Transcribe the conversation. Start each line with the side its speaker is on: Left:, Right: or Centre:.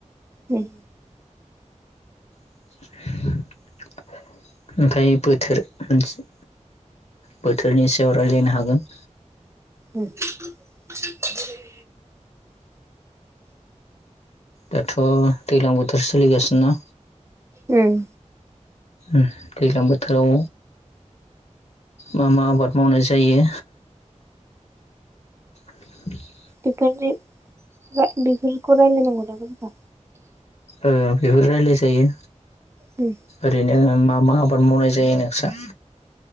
Right: ओम।
Left: <inaudible> ओमफाय बोथोर मोनसे बोथोरनि सायाव रायलायनो हागोन।
Right: ओम <unintelligible>
Left: दाथ' दैलां बोथोर सोलिगासिनोना
Right: ओम।
Left: ओम दैलां बोथोराव मा मा आबाद मावनाय जायो? <inaudible>
Right: बेदि बा बिफोरखौ रायलायनांगौ दां होमबा।
Left: ओ बेबो रायलाय जायो
Right: उम
Left: ओरैनो मा मा आबाद मावनाय जायो नोंसा?